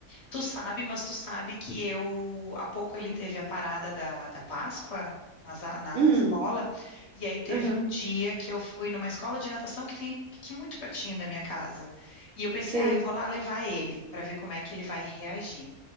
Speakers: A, on the left (about 50°); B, on the right (about 75°).
A: Tu sabe, mas tu sabe que eu, há pouco ele
B: Ah,
A: teve a parada da, da Páscoa nas a- na,
B: Hum,
A: escola, e aí teve
B: aham,
A: um dia que eu fui numa escola de natação que tem aqui muito pertinho da minha casa. E eu pensei,
B: sei.
A: ah, eu vou lá levar ele para ver como é que ele vai reagir.